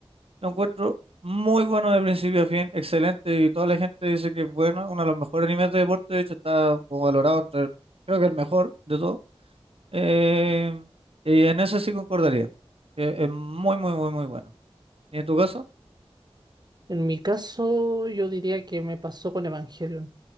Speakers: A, on the right; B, on the right.
A: lo encuentro muy bueno de principio a fin, excelente, y toda la gente dice que es bueno, uno de los mejores animes de deporte, de hecho está como valorado entre, creo que el mejor de todo. Eh, y en eso sí concordaría, que es muy, muy, muy, muy bueno. ¿Y en tu caso?
B: En mi caso, yo diría que me pasó con Evangelion.